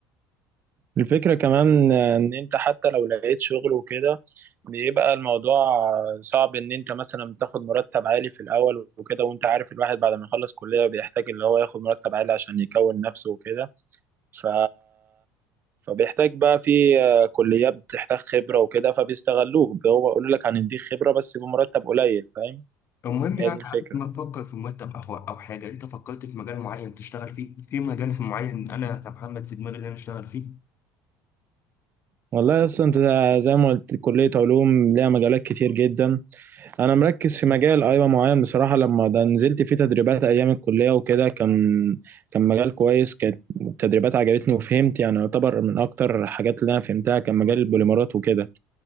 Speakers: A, on the right; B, on the left.
A: الفكرة كمان ان انت حتى لو لقيت شغل وكده بيبقى الموضوع صعب ان انت مثلا تاخد مرتب عالي في الاول وكده وانت عارف الواحد بعد ما يخلص كلية بيحتاج اللي هو ياخد مرتب عالي عشان يكون نفسه وكده ف فبيحتاج بقى في آه، كليات بتحتاج خبرة وكده فبيستغلوك هو بيقول لك هنديك خبرة بس بمرتب قليل فاهم
B: المهم
A: هي
B: يعني
A: دي الفكرة
B: قبل ما تفكر في مرتب او او حاجه انت فكرت في مجال معين تشتغل فيه في مجال في معين انا كمحمد في دماغي اللي انا اشتغل فيه
A: والله اصلا انت زي ما قلت كلية علوم ليها مجالات كتير جدا انا مركز في مجال ايوه معين بصراحة لما ده نزلت فيه تدريبات ايام الكلية وكده كان كان مجال كويس كانت التدريبات عجبتني وفهمت يعني يعتبر من اكتر الحاجات اللي انا فهمتها كان مجال البوليمرات وكده